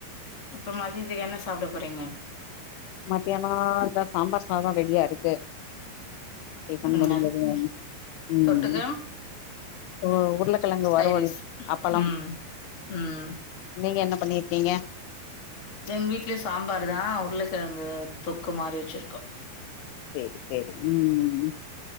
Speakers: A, on the left; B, on the left.
A: இப்ப மதியத்துக்கு என்ன சாப்ட போறீங்க
B: மத்யான இதா சாம்பார் சாத ரெடியா இருக்கு டிஃபன்
A: ம்
B: முடிஞ்சதும்
A: அதுக்கு
B: உம்
A: தொட்டுக்க
B: ஓ உருளக்கெழங்கு
A: சைடிஸ்
B: வருவல் அப்பளம்
A: ம் ம்
B: நீங்க என்ன பண்ணிருக்கீங்க
A: எங்க வீட்லயு சாம்பாருதா உருளக்கெழங்கு தொக்கு மாரி வச்சிருக்கே
B: சேரி சேரி உம்